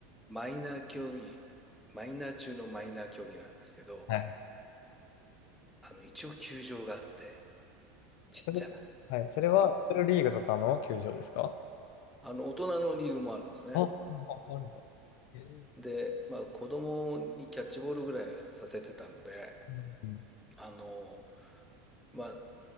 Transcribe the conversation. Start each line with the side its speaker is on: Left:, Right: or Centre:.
Centre: マイナー競技、マイナー中のマイナー競技なんですけど、
Left: はい。
Centre: あの、一応球場があって、ちっちゃな。
Left: それ、はい。それは、リトルリーグとかの球場ですか
Centre: あの、大人のリーグもあるんですね。
Left: あ、ああるんだ。えー
Centre: で、まあ、子供にキャッチボールぐらいはさせてたので、
Left: うん
Centre: あの、まあ、